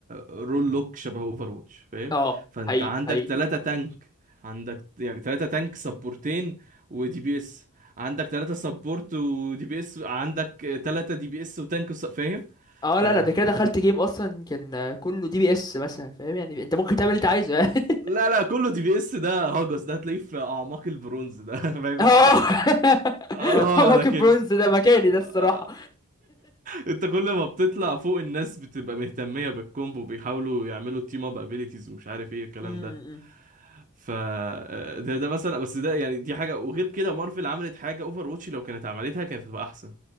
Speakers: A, on the right (about 35°); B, on the left (about 20°).
A: رول لوك شبه اوفر واتش فاهم
B: اه
A: فانت
B: حقيقي
A: عندك
B: حقيقي
A: تلاتة تانك عندك يعني تلاتة تانك سبورتين ودي بي اس عندك تلاتة سبورت ودي بي اس عندك تلاتة دي بي اس وتانك وس- فاهم
B: اه
A: ف
B: لا لا قبل كده دخلت جيم اصلا كان آه، كله دي بي اس مثلا فاهم يعني انت ممكن تعمل اللي انت عايزه <laughs>
A: لا لا كله دي بي اس ده هاجس ده هتلاقيه في اعماق البرونز ده <laughs> فاهم
B: اه
A: انت
B: <laughs>
A: اه
B: موكب
A: لكن
B: برونز ده مكاني ده
A: <laughs>
B: الصراحة
A: انت كل ما بتطلع فوق الناس بتبقى مهتمية بالكومبو بيحاولوا يعملوا تيم اب ابيليتيز ومش عارف ايه الكلام
B: امم
A: ده ف آه، ده ده مثلا بس ده يعني دي حاجة وغير كده مارفل عملت حاجة اوفر واتش لو كانت عملتها كانت هتبقى احسن